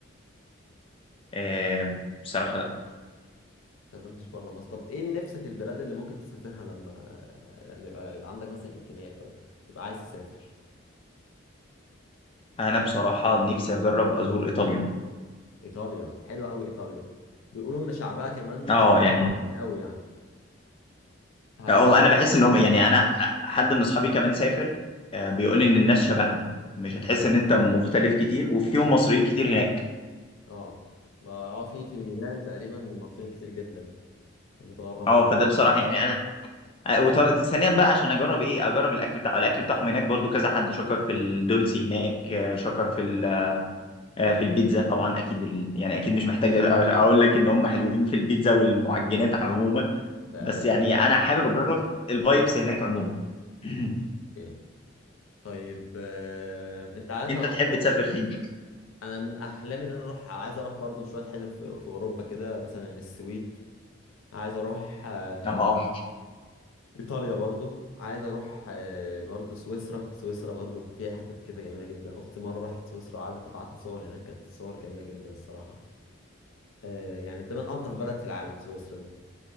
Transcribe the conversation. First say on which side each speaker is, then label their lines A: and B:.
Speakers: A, on the left (about 25°); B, on the left (about 85°).
A: آه بصراحة لا
B: سافرتش بره مصر طب ايه نفسك البلاد اللي ممكن تسافرها لما لما يبقى عندك مثلا امكانيات او تبقى عايز تسافر
A: أنا بصراحة نفسي أجرب أزور إيطاليا
B: ايطاليا حلوه قوي ايطاليا بيقولوا ان شعبها كمان
A: أه
B: شاطرين
A: يعني
B: قوي يعني في حاجات
A: أو أنا بحس إن هم يعني أنا حد من أصحابي كمان سافر آه بيقول لي إن الناس شبهنا مش هتحس إن أنت مختلف كتير وفيهم مصريين كتير هناك
B: اه ما- اه في في ميلان تقريبا مصريين كتير جدا متغربين
A: أه فده بصراحة يعني أنا آه، وطر- ثانيا بقى عشان أجرب إيه أجرب الأكل بتاعه الأكل بتاعهم هناك برضو كذا حد شكر في الدولسي هناك آه، شكر في ال- آه، في البيتزا طبعا أكيد ال- يعني أكيد مش محتاج أقول لك إن هم حلوين في البيتزا والمعجنات عموما
B: بقى
A: بس يعني انا حابب اجرب الفايبس هناك عموما <clears throat>
B: اوكي. طيب آه، انت عارف
A: انت
B: انا رحت
A: تحب تسافر فين؟
B: انا من احلامي ان انا اروح عايز اروح برضو شويه حتت في, في اوروبا كده مثلا السويد عايز اروح آه،
A: اه
B: ايطاليا برضو عايز اروح آه، برضو سويسرا سويسرا برضو فيها حتت كده جميله جدا اختي مره راحت سويسرا وقعدت تبعت لي صور هناك كانت الصور جميله جدا الصراحه آه، يعني تمام انضف بلد في العالم سويسرا دي